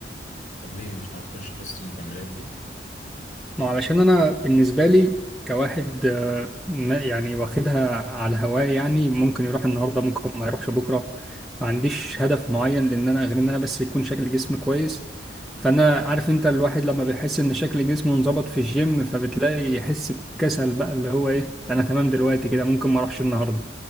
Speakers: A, on the left; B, in the centre.
A: طب ليه مش ناوي تخش قصه المكملات دي
B: ما علشان انا بالنسبه لي كواحد آه، ما- يعني واخدها على هواه يعني ممكن يروح النهارده ممكن ما يروحش بكره ما عنديش هدف معين لان انا غير ان انا بس يكون شكل جسمي كويس فانا عارف انت الواحد لما بيحس ان شكل جسمه انظبط في الجيم فبتلاقي يحس بكسل بقى اللي هو ايه ده انا تمام دلوقتي كده ممكن ما اروحش النهارده